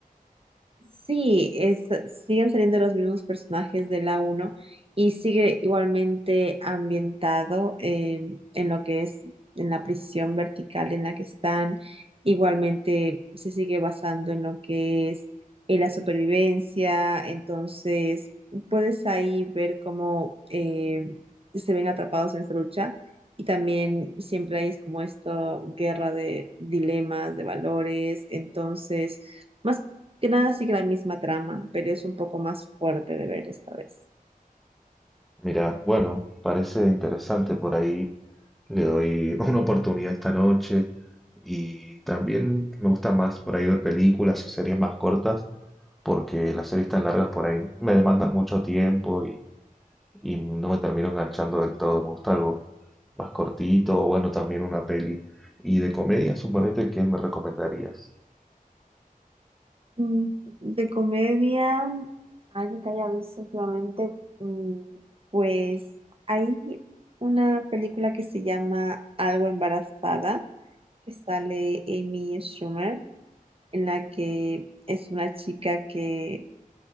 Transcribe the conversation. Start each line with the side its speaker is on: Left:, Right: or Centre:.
Right: Sí, es, siguen saliendo los mismos personajes de la uno y sigue igualmente ambientado eh, en lo que es en la prisión vertical en la que están. Igualmente se sigue basando en lo que es en la supervivencia. Entonces, puedes ahí ver cómo eh, se ven atrapados en esta lucha. Y también siempre hay como esto, guerra de dilemas, de valores. Entonces... más Casi la misma trama, pero es un poco más fuerte de ver esta vez.
Centre: Mira, bueno, parece interesante por ahí. Le doy <laughs> una oportunidad esta noche. Y también me gusta más por ahí ver películas o series más cortas, porque las series tan largas por ahí me demandan mucho tiempo y, y no me termino enganchando del todo. Me gusta algo más cortito, o bueno, también una peli. Y de comedia, suponete, ¿qué me recomendarías?
Right: Mm, De comedia, algo que haya visto últimamente, mm, Pues hay una película que se llama Algo embarazada, que sale Amy Schumer, en la que es una chica que